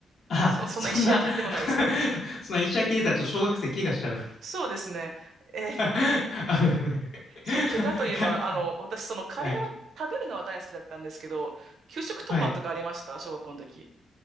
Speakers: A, on the left; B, on the right.
A: あ、
B: そ、そんな石焼き出てこないですよね。
A: そんな <laughs> そんな医者系だと小学生怪我しちゃう <laughs> 危
B: そうですね。えー
A: ない危ない <laughs> いや、
B: そう、怪我といえば、あの、私、そのカレーは食べるのは大好きだったんですけど、
A: はい
B: 給食当番とかありました小学校の時。
A: はい。